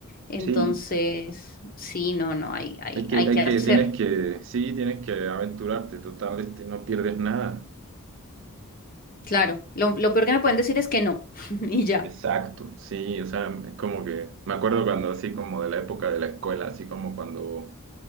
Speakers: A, on the left (about 40°); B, on the right (about 60°).
A: Entonces,
B: Sí,
A: sí, no, no, hay, hay,
B: hay que,
A: hay
B: hay
A: que hacerlo.
B: que, tienes que, sí, tienes que aventurarte, total, este, no pierdes nada.
A: Claro. Lo, lo peor que me pueden decir es que no. <laughs> Y ya.
B: Exacto, sí, o sea, es como que, me acuerdo cuando así como de la época de la escuela, así como cuando